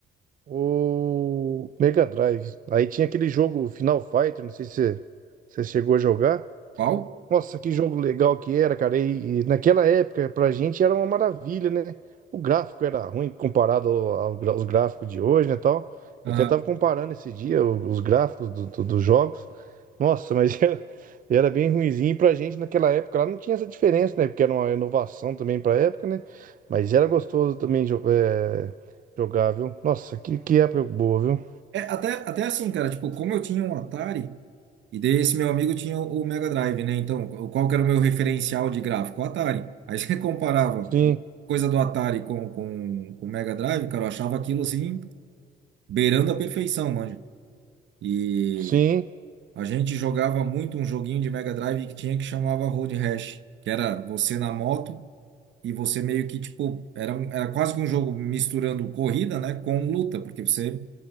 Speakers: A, on the right (about 45°); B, on the right (about 70°).
A: o Mega Drive. Aí tinha aquele jogo Final Fighter, não sei se você chegou a jogar.
B: Qual?
A: Nossa, que jogo legal que era, cara. E, e naquela época, pra gente era uma maravilha, né? O gráfico era ruim comparado ao- ao gra- aos gráficos de hoje, né, tal. Eu
B: Aham.
A: até tava comparando esse dia o- os gráficos do- do- dos jogos. Nossa, mas <laughs> era, era bem ruinzinho. E pra gente naquela época lá não tinha essa diferença, né? Porque era uma inovação também pra época, né? Mas era gostoso também jo- é, jogar, viu? Nossa, que, que época boa, viu?
B: É, até, até assim, cara, tipo, como eu tinha um Atari, e daí esse meu amigo tinha o o Mega Drive, né, então, qu- qual que era o meu referencial de gráfico? O Atari. Aí <laughs> você comparava
A: Sim,
B: coisa do Atari com, com, com o Mega Drive, cara, eu achava aquilo, assim, beirando a perfeição, manja. E
A: sim.
B: a gente jogava muito um joguinho de Mega Drive que tinha que chamava Road Rash, que era você na moto e você meio que tipo, era, um- era quase que um jogo misturando corrida, né, com luta, porque você